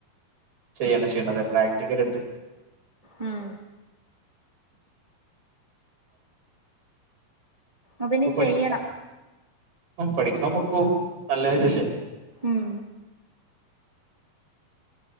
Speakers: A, on the right; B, on the right.
A: ചെയ്യണ്ട ചെയ്യണ്ട അതെ പ്രാക്ടിക്കലാട്ട്
B: ഉം അതിനി
A: ഇപ്പ പഠിക്കാ
B: ചെയ്യണം
A: പഠിക്കാൻ പൊക്കോ നല്ലകാര്യല്ലേ
B: ഉം